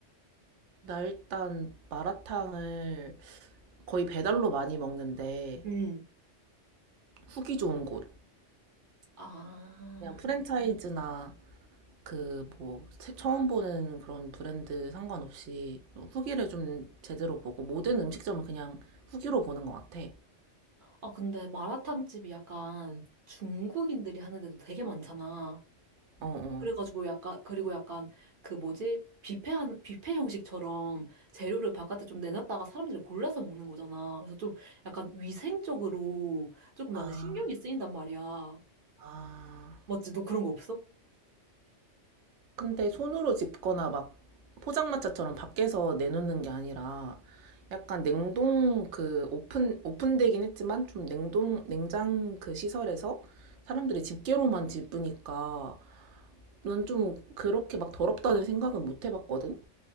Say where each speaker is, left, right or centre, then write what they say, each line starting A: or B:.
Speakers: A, on the right; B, on the right.
A: 나 일단 마라탕을 거의 배달로 많이 먹는데
B: 음.
A: 후기 좋은 곳.
B: 아,
A: 그냥 프랜차이즈나 그 뭐 처음 보는 그런 브랜드 상관없이 후기를 좀 제대로 보고 모든 음식점은 그냥 후기로 보는 것 같아.
B: 아 근데 마라탕집이 약간 중국인들이 하는데도 되게 많잖아.
A: 어, 어.
B: 그래가지고 약간, 그리고 약간 그 뭐지? 뷔페한, 뷔페 형식처럼 재료를 바깥에 좀 내놨다가 사람들이 골라서 먹는 거잖아. 그래서 좀 약간 위생적으로 조금
A: 아,
B: 나는 신경이 쓰인단 말이야.
A: 아.
B: 맞지? 너 그런 거 없어?
A: 근데 손으로 집거나 막 포장마차처럼 밖에서 내놓는 게 아니라 약간 냉동 그 오픈 오픈되긴 했지만 좀 냉동 냉장 그 시설에서 사람들이 집게로만 집으니까 난 좀 그렇게 막 더럽다는 생각은 못 해봤거든?